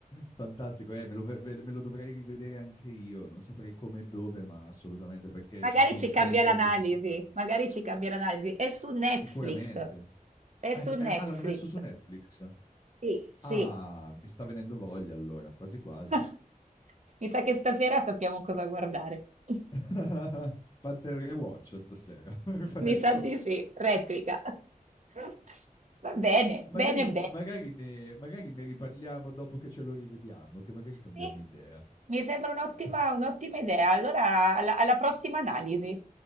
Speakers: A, on the left (about 25°); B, on the right (about 55°).
A: Fantastico, eh, me lo, ve- me lo dovrei rivedere anche io, non saprei come e dove, ma assolutamente, perché
B: Magari
A: ci sono
B: ci
A: un
B: cambia
A: po' di cose
B: l'analisi,
A: che si saltano.
B: magari ci cambia l'analisi. È su Netflix.
A: Sicuramente.
B: È
A: Ah,
B: su
A: no-
B: Netflix.
A: eh, ah, l'hanno messo su Netflix.
B: Sì, sì.
A: Ah, mi sta venendo voglia allora, quasi quasi.
B: <laughs> Mi sa che stasera sappiamo cosa guardare. <laughs>
A: <laughs> Parte il rewatch stasera, <laughs> perfetto.
B: Mi sa di sì, replica. <laughs> Va bene,
A: Magari,
B: bene, bene.
A: magari ne, magari ne riparliamo dopo che ce lo rivediamo, che magari cambiamo
B: Sì,
A: idea.
B: mi sembra un'ottima
A: <laughs>
B: un'ottima idea. Allora, alla alla prossima analisi.